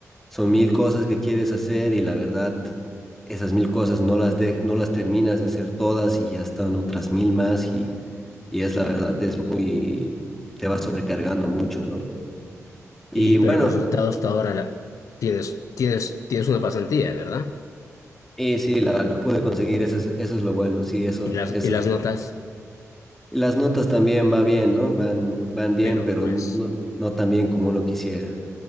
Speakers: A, in the centre; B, on the left (about 80°).
A: son mil cosas que quieres hacer y la verdad esas mil cosas no las, de, no las terminas de hacer todas y ya están otras mil más y, y es la verdad, es muy, te va sobrecargando mucho, ¿no? Y
B: Y,
A: bueno,
B: pero el resultado hasta ahora la- tienes, tienes, tienes una pasantía, ¿verdad?
A: y sí, la, la pude conseguir, eso es, eso es lo bueno, sí, eso,
B: Y las,
A: eso,
B: y las notas,
A: Las notas también va bien, ¿no? Van, van bien,
B: pero
A: pero
B: pues,
A: no, no tan bien como uno quisiera.